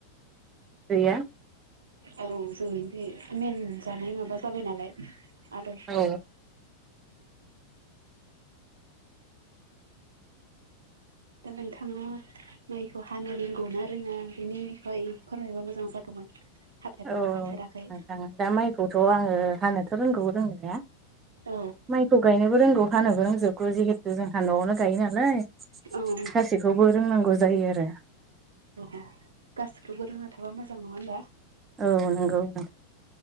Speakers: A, on the right; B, on the right.
A: गैया।
B: औ जोंनि बे मेन जानाय माबा जाबाय नालाय। आदार
A: औ
B: दा नोंथाङा माइखौ हानो रोंगौना रोङा बेनि बिखय फोरमायबा मोजां जागौमोन। <unintelligible>
A: औ औ नोंथां।
B: हाफेराखै
A: दा माइखौथ' आङो हानोथ' रोंगौ रोंनाया।
B: औ
A: माइखौ गायनोबो रोंगौ हानोबो रोंजोब <unintelligible> जिहेथु जोंहा न'आवनो गायो नालाय।
B: औ
A: गासैखौबो रोंनांगौ जायो आरो।
B: <unintelligible> गासिखौबो रोंना थाबा मोजां नङा होनबा?
A: औ नंगौ